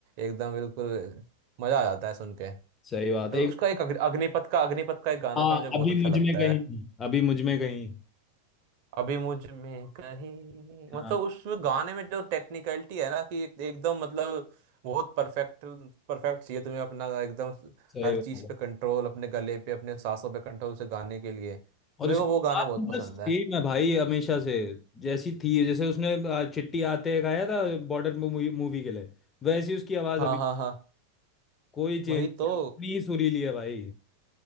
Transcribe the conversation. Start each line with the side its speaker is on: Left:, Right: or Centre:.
Right: एकदम बिल्कुल मजा आ जाता है सुन के
Left: सही बात है एक
Right: उसका एक अग्नि- अग्निपथ का अग्निपथ का एक गाना
Left: हाँ
Right: था मुझे बहुत
Left: अभी
Right: अच्छा
Left: मुझ
Right: लगता
Left: में कहीं
Right: है
Left: अभी मुझ में कहीं
Right: अभी मुझ में कहीं
Left: हाँ
Right: मतलब उसमें गाने में जो टेक्निकलिटी है ना कि एक- एकदम मतलब बहुत परफेक्ट परफेक्ट चाहिए तुम्हें अपना एकदम
Left: सही
Right: हर चीज
Left: बात है
Right: पे कंट्रोल अपने गले पे अपने सांसों पे कंट्रोल उसे गाने के लिए
Left: और
Right: मेरे
Left: उसकी
Right: को वो गाना
Left: बात
Right: बहुत पसंद
Left: बस सेम
Right: है
Left: है भाई हमेशा से जैसी थी जैसे उसने आ, चिट्ठी आते गाया था बॉर्डर मूवी मूवी के लिए वैसी उसकी आवाज़
Right: हाँ
Left: अभी
Right: हाँ हाँ
Left: कोई चेंज
Right: वही
Left: नहीं
Right: तो
Left: है, उतनी ही सुरीली है भाई